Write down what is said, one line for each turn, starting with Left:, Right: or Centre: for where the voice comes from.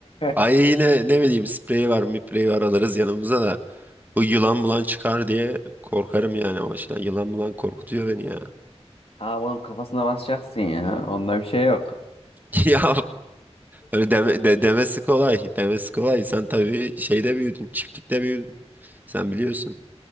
Right: ayı
Left: <laughs>
Right: yine ne bileyim sprey var mipreyi var alırız yanımıza da. Bu yılan bulan çıkar diye korkarım yani o başına. Yılan bulan korkutuyor beni ya.
Left: Ama onun kafasına basacaksın ya. Onda bir şey yok.
Right: <laughs> Ya öyle deme- de- demesi kolay. Demesi kolay. Sen tabii şeyde büyüdün. Çiftlikte büyüdün. Sen biliyorsun.